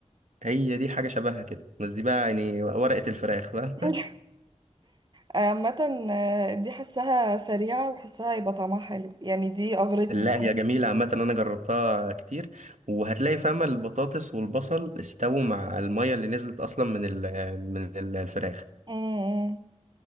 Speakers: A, on the right; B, on the right.
A: هي دي حاجة شبهها كده بس دي بقى يعني ورقة الفراخ بقى
B: <laughs> عامة آه، دي حسها سريعة وحسها يبقى طعمها حلو يعني دي أغرتني
A: لا هي جميلة عامة أنا جربتها كتير وهتلاقي فاهمة البطاطس والبصل استووا مع المية اللي نزلت أصلا من ال من ال- الفراخ
B: مم. مم.